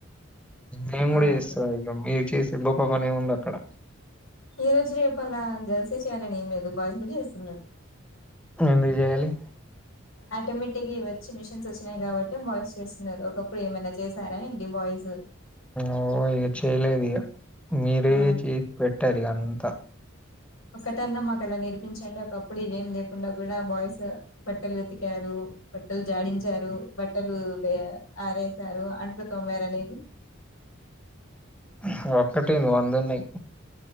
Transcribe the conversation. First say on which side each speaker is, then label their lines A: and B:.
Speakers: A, in the centre; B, on the left (about 80°).
A: నేన్
B: అవునండి
A: గుడా చేస్తా ఇగ మీరు చేసే గొప్ప పనేంముంది అక్కడ
B: ఈ రోజు రేపు అలా గర్ల్సే చేయాలని ఏం లేదు బాయ్స్ గుడా చేస్తున్నరు
A: ఎందుకు జేయలి
B: ఆటోమేటిక్గా ఇవి ఒచ్చి మిషిన్స్ ఒచ్చినాయి గాబట్టి బాయ్స్ చేస్సున్నారు ఒకప్పుడు ఏమైనా చేసారా ఏంటి బాయ్స్
A: ఓ ఇగ చేయలేదు ఇగ మీరే
B: అవును
A: చేసి పెట్టారిగ అంత
B: ఒకటన్నా మాకు అలా నేర్పించండి ఒకప్పుడు ఇవేం లేకుండా గుడా బాయ్స్ బట్టలు వెతికారు బట్టలు జాడించారు, బట్టలు వె ఆరేసారు, అంటు తొమారు అనేది
A: హ ఒక్కటె వందున్నయ్